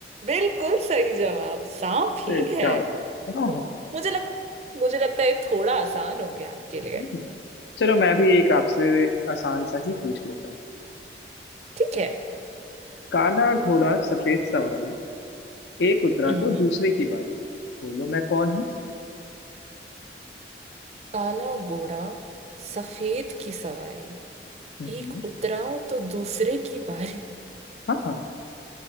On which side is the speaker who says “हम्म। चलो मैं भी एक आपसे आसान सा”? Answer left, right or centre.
Left